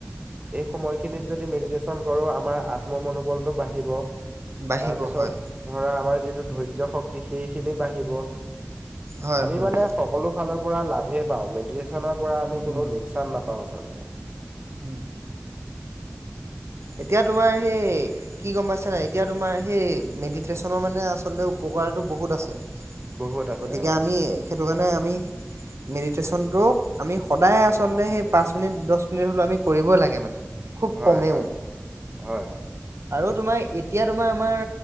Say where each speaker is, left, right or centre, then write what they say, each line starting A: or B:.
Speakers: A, on the right; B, on the right.
A: এই সময়খিনিত যদি মেডিটেশ্যন কৰো আমাৰ আত্ম মনোবলটো বাঢ়িব।
B: বাঢ়িব
A: তাৰপিছত
B: হয়
A: ধৰা আমাৰ যিটো ধৈৰ্য শক্তি। সেইখিনি বাঢ়িব
B: হয়
A: আমি
B: হয়
A: মানে সকলো ফালৰ পৰা লাভেই পাও মেদিতেছ। চনৰ পৰা আমি
B: উম
A: কোনো
B: উম
A: লোকচান নাপাওঁ আচলতে।
B: হয়। এতিয়া তোমাৰ সেই কি গম পাইছা নাই এতিয়া তোমাৰ সেই মেডিতেছনৰ ৰ মানে আচলতে উপক। কাৰ টো বহুত আছে
A: বহুত আছে
B: গতিকে
A: অ
B: আমি হেতু কাৰনে আমি মেদি। টেশ্যনটোক আমি সদায় আচলতে সেই পাঁচ মিনিট দহ মিনিট হ'লেও আমি কৰিবই লাগে মানে। খুব
A: হয়
B: কমেও
A: হয় হয়!
B: আৰু তোমাৰ এতিয়া তোমাৰ আমাৰ